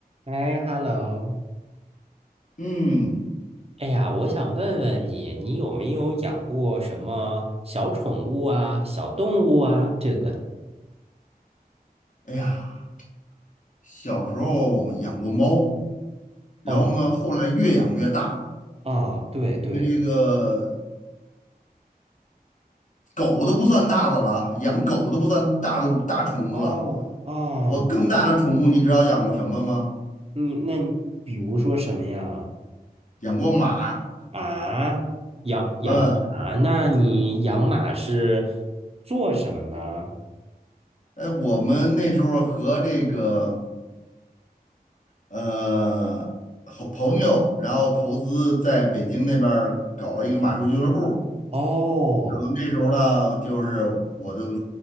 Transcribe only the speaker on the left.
嗯，
哎呀，小时候养过猫，然后呢，
后来越养越大，
这个这个狗都不算大的了啊养狗都不算大的大宠物了。
我更大的宠物，你知道养过什么吗？
养过马。
嗯，
哎，我们那时候和这个呃好朋友，然后投资在北京那边儿搞了一个马术俱乐部。
然后那时候呢，就是我都